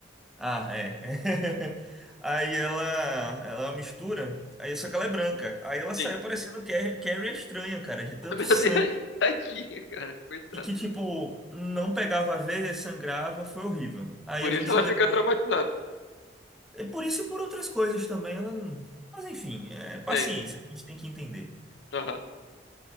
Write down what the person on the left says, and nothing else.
Sim.
<laughs> Meu
Deus, tadinha, cara, coitado.
Por
isso ela
fica traumatizada.
É, enfim.
Aham.